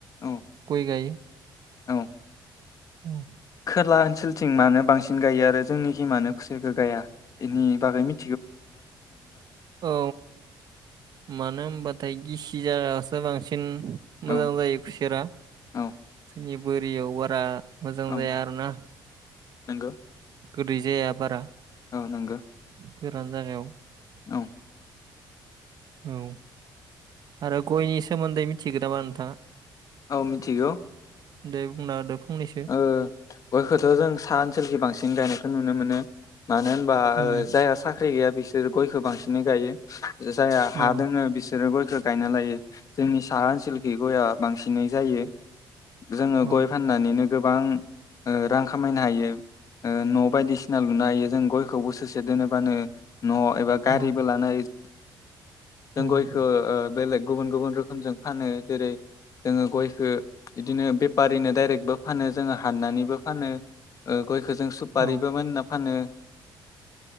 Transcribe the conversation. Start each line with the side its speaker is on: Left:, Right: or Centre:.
Left: औ
Right: गय गायो।
Left: औ
Right: औ
Left: खोला ओन सोलथिं मानो बांसिन गायो आरो जोंनिखि मानो खुसिखौ गाया बेनि बागै मि
Right: औ मानो होनबाथाय गिस इजागायावसो बांसिन मोजां
Left: औ
Right: जायो खुसेरा
Left: औ
Right: जोंनि बोरियाव बारा मोजां
Left: औ
Right: जाया आरो ना
Left: नंगौ
Right: गोदै जाया बारा
Left: औ नोंगो
Right: गोरान जागायाव
Left: औ
Right: औ आरो गयनि सोमोन्दै मिथिगोन नामा नोंथाङा
Left: औ मिथिगौ।
Right: दे बुंना होदो। फंनैसो
Left: ओ गयखौथ' जों साहा ओनसोलखि बांसिन गायनायखौ नुनो मोनो। मानो होनबा
Right: उम
Left: जायहा साख्रि गैया बिसोर बिसोर गयखौ बांसिनै गायो। जायहा हा
Right: औ
Left: दोङो बिसोरो गयखौ गायना लायो जोंनि साहा ओनसोल बे गयआ बांसिनै जायो। जोङो
Right: औ
Left: गय फाननानैनो गोबां ओ रां खामायनो हायो ओ न' बायदिसिना लुनो हायो जों गयखौबो ससे दोनबानो न' एबा
Right: औ
Left: गारिबो लानाय जों
Right: उम
Left: गयखौ ओ बेलेग गुबुन गुबुन रोखोमजों फानो जेरै जोङो गयखौ बिदिनो बेफारिनो दाइरेक्टबो फानो जोङो हाननानैबो फानो। ओ गयखौ जों सुपारिबोमोन
Right: औ
Left: होनना फानो।